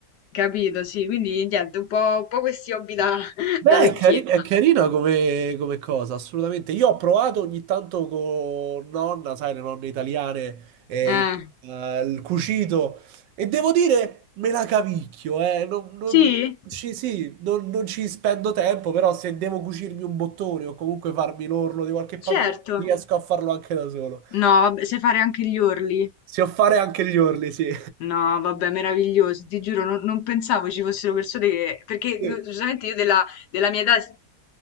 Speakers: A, on the left; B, on the right.
A: capito, sì, quindi niente, un po', un po' questi hobby da, <laughs>
B: Beh,
A: da vecchietta.
B: è, cari- è carina come, come cosa, assolutamente. Io ho provato ogni tanto con nonna, sai, le nonne italiane, eh,
A: Eh,
B: il, eh, il cucito, e devo dire, me la cavicchio, eh. Non, non
A: sì,
B: ci, sì, non, non ci spendo tempo, però se devo cucirmi un bottone o comunque farmi l'orlo di qualche pantalone,
A: certo.
B: riesco a farlo anche da solo.
A: No, vabbè, sai fare anche gli orli?
B: Se fare anche gli orli, sì.
A: No, vabbè, meraviglioso, ti giuro, non, non pensavo ci fossero persone che... Perché
B: <laughs>
A: giustamente io della, della mia età s-